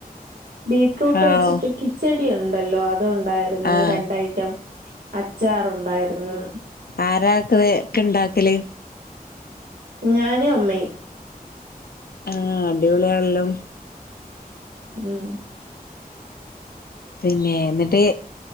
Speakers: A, on the right (about 80°); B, on the left (about 75°).
A: ബീറ്റ്റൂട്ട്
B: ഹാവൂ
A: വെച്ചിട്ട് കി - കിച്ചടി ഒണ്ടല്ലോ അത് ഒണ്ടായിരുന്നു
B: ആഹ്
A: രണ്ടയിറ്റം അച്ചാറുണ്ടായിരുന്നു
B: ആരാ ഇതൊക്കെ ഇണ്ടാക്കല്
A: ഞാനും അമ്മയും
B: ആഹ് അടിപൊളിയണല്ലോ
A: ഉം
B: പിന്നെ എന്നിട്ട്